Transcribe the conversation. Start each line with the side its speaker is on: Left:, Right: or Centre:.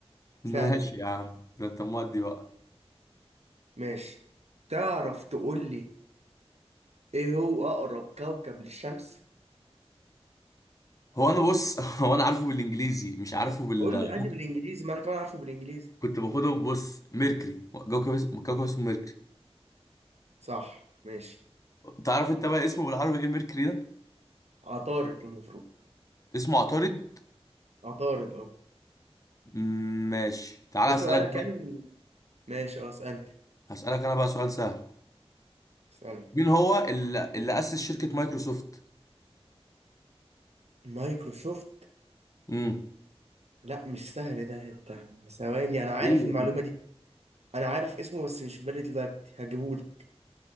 Left: ماشي
Right: سهلة دي
Left: يا عم ده أنت مودي بقى
Right: ماشي تعرف تقول لي ايه هو أقرب كوكب للشمس
Left: هو أنا بص <laughs> هو أنا عارفه بالإنجليزي مش عارفه بال
Right: قول لي عادي
Left: ممكن-
Right: بالإنجليزي ما أنا كمان عارفه بالإنجليزي
Left: كنت باخده بص ميركري كوكب اسمه كوكب اسمه ميركري
Right: صح ماشي
Left: تعرف انت بقى اسمه بالعربي ايه ميركوري ده
Right: عطارد المفروض
Left: اسمه عطارد
Right: عطارد اه
Left: مم، ماشي تعال
Right: ده
Left: اسالك
Right: سؤالك
Left: بقى
Right: يعني ولا- ماشي اه اسألني
Left: هسالك انا بقى سؤال سهل
Right: اسألني
Left: مين هو اللي, اللي اسس شركة مايكروسوفت
Right: مايكروسوفت
Left: امم
Right: لا مش سهل ده ده- ثواني أنا عارف
Left: ايه
Right: المعلومة دي أنا عارف اسمه بس مش في بالي دلوقتي هجيبهولك